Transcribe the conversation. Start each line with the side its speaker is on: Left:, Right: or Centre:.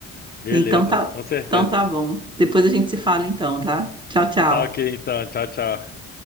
Left: Beleza,
Right: Então tá,
Left: com certeza.
Right: então tá bom. Depois a gente se fala então, tá? Tchau, tchau.
Left: Tá ok, então. Tchau, tchau.